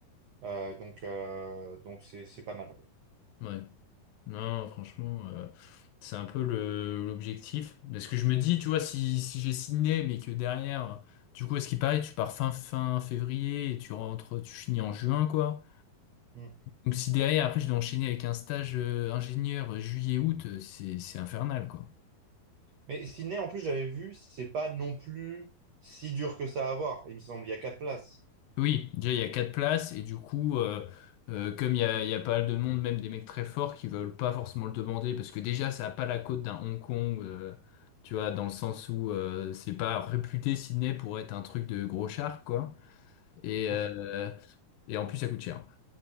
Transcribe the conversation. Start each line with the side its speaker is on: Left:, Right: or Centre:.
Right: Euh, donc, euh, donc c'est, c'est pas mal. quoi.
Left: Ouais. Non, franchement, euh, c'est un peu le, l'objectif. Parce que je me dis, tu vois, si, si j'ai signé, mais que derrière, du coup, à ce qui paraît, tu pars fin, fin février et tu rentres, tu finis en juin, quoi.
Right: Mm.
Left: Donc, si derrière, après, je dois enchaîner avec un stage, euh, ingénieur euh, juillet-août, euh, c'est, c'est infernal, quoi.
Right: Mais Sydney, en plus, j'avais vu, c'est pas non plus si dur que ça à avoir. Il me semble, il y a quatre places.
Left: Oui, déjà il y a quatre places et du coup, euh, euh, comme il y a, il y a pas mal de monde, même des mecs très forts qui veulent pas forcément le demander parce que déjà ça a pas la cote d'un Hong Kong, euh, tu vois, dans le sens où euh, c'est pas réputé Sydney pour être un truc de gros char quoi. Et,
Right: Ouais.
Left: euh, et en plus ça coûte cher.